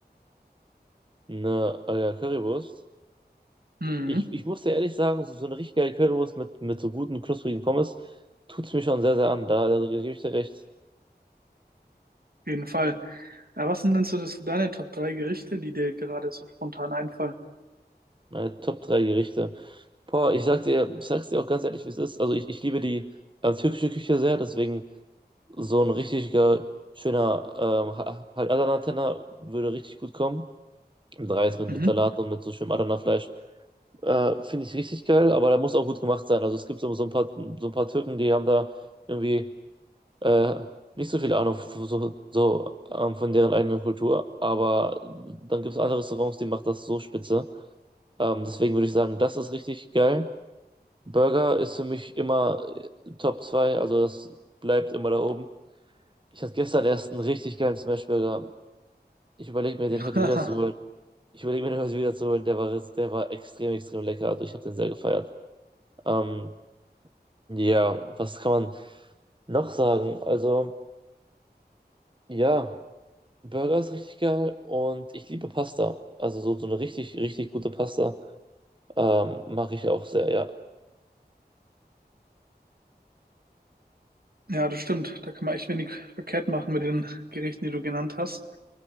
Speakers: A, on the right; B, on the right.
A: eine äh, ja, Currywurst.
B: Mhm,
A: Ich, ich muss dir ehrlich sagen, so, so eine richtig geile Currywurst mit, mit so guten, knusprigen Pommes tut's mir schon sehr, sehr an. Da, da gebe ich dir recht.
B: auf jeden Fall. Ja, was sind denn so das, deine Top 3 Gerichte, die dir gerade so spontan einfallen?
A: Meine Top 3 Gerichte. Boah, ich sag dir, ich sag's dir auch ganz ehrlich, wie es ist. Also ich, ich liebe die äh, türkische Küche sehr, deswegen so ein richtiger, schöner ähm, Ha- halt Adana-Tenner würde richtig gut kommen. Mit Reis, mit,
B: Mhm.
A: mit Salat und mit so schönem Adana-Fleisch. Äh, finde ich richtig geil, aber der muss auch gut gemacht sein. Also es gibt so, so ein paar, so ein paar Türken, die haben da irgendwie äh, nicht so viel Ahnung f- so, so, ähm, von deren eigenen Kultur, aber dann gibt es andere Restaurants, die machen das so spitze. Ähm, deswegen würde ich sagen, das ist richtig geil. Burger ist für mich immer äh, Top 2, also das bleibt immer da oben. Ich hatte gestern erst einen richtig geilen Smashburger. Ich überlege mir,
B: <laughs>
A: den heute wieder zu holen. Ich überlege mir, den heute wieder zu holen. Der war, ris- der war extrem, extrem lecker. Also ich habe den sehr gefeiert. Ähm, Ja, was kann man noch sagen? Also, ja, Burger ist richtig geil und ich liebe Pasta. Also so, so eine richtig, richtig gute Pasta ähm, mache ich auch sehr, ja.
B: Ja, das stimmt. Da kann man echt wenig verkehrt machen mit den Gerichten, die du genannt hast.